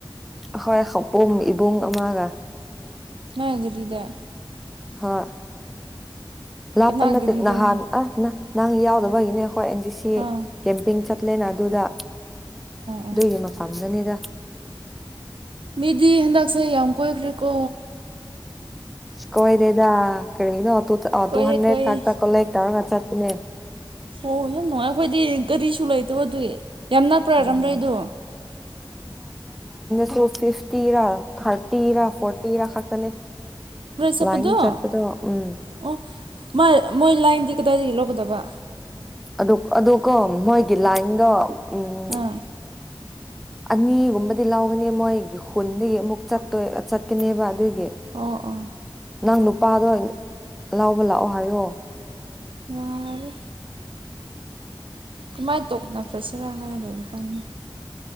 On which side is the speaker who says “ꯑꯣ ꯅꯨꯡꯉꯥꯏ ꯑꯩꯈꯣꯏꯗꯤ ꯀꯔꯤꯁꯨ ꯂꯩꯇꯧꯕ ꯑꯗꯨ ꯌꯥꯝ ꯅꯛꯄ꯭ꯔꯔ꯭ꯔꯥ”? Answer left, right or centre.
Right